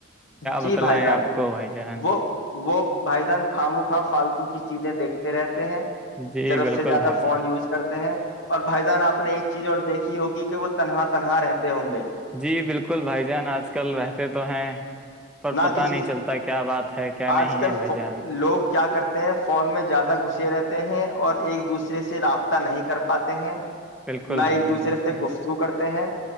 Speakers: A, on the left; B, in the centre.
A: جی
B: بتلائیں
A: بھائی جان
B: آپ کو بھائی جان
A: وہ وہ بھائی جان خاموخو فالتو <unintelligible> توک <unintelligible> چیزیں دیکھتے رہتے ہیں
B: جی
A: رت
B: بالکل
A: سے زیادہ
B: بھائی
A: فون
B: جان
A: یوز کرتے ہیں اور بھائی جان آپ نے ایک <unintelligible> چیز اور دیکھی ہوگی کہ وہ تنہا تنہا رہتے ہوں گے
B: جی بالکل بھائی جان آج کل رہتے تے تو ہیں <unintelligible>
A: نہ
B: پتہ
A: کسی
B: نہیں
A: سے
B: چلتا کیا بات ہے کیا
A: آج
B: نہیں
A: کل
B: ہے بھائی
A: ف
B: جان
A: لوگ کیا کرتے ہیں فون میں زیادہ گھسے رہتے ہیں اور ایک دوسرے سے رابطہ نہیں کر پاتے ہیں <unintelligible>
B: بالکل
A: نہ
B: بھائی
A: ایک
B: جان
A: دوسرے
B: بالکل
A: سے گفتگو کرتے ہیں